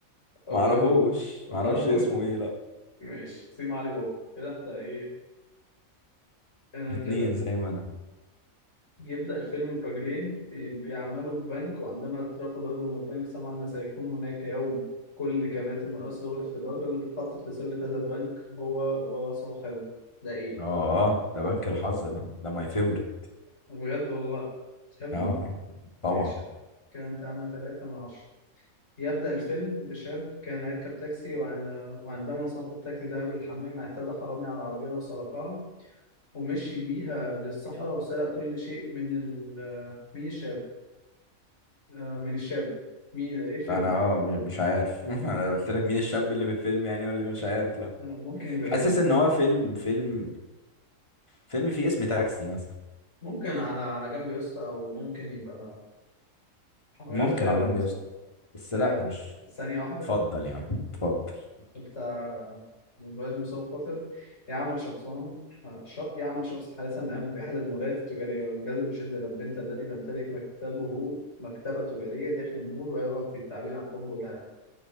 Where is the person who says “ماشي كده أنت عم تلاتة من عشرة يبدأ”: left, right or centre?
Left